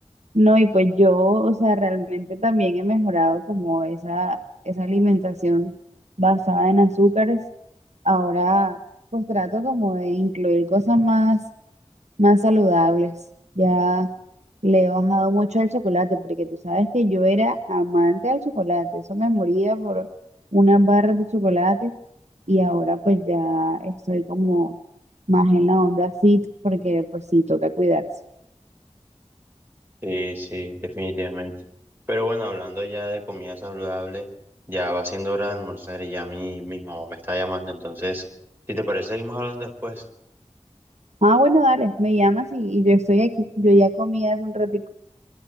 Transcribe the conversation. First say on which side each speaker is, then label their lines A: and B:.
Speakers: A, on the right; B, on the right.
A: No, y pues yo, o sea, realmente también he mejorado como esa, esa alimentación basada en azúcares. Ahora, pues trato como de incluir cosas más más saludables. Ya le he bajado mucho al chocolate, porque tú sabes que yo era amante del chocolate. Eso me moría por unas barras de chocolate. Y ahora pues ya estoy como más en la onda fit, porque pues sí, toca cuidarse.
B: Sí, sí, definitivamente. Pero bueno, hablando ya de comida saludable, ya va siendo hora de almorzar y ya mi, mi mamá me está llamando. Entonces, si te parece, seguimos hablando después.
A: Ah, bueno, dale, me llamas y, y yo estoy aquí. Yo ya comí hace un ratito.